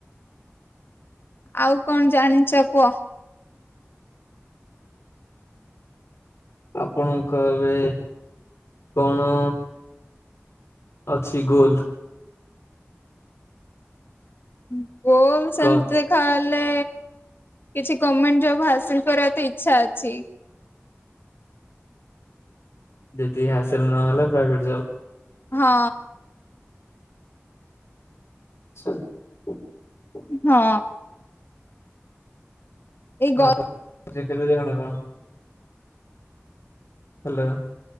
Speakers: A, on the left; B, on the left.
A: ଆଉ କଣ ଜାଣିଛ କୁହ।
B: ଆପଣଙ୍କ ଏବେ କଣ ଅଛି ଗୋଲ?
A: ହୁ। ଗୋଲ ସେମତି
B: କଣ
A: ଖାଲ ଲେ କିଛି ଗମେଣ୍ଟ ଜବ ହାସିଲି କରିବାର ତ ଇଚ୍ଛା ଅଛି।
B: ଯଦି ହାସିଲି ନହଲା ପ୍ରାଇଭେଟ ଜବ
A: ହଁ।
B: <unintelligible>
A: ହଁ। ଏଇ
B: ହଁ
A: ଗ
B: <unintelligible> ହାଲୋ।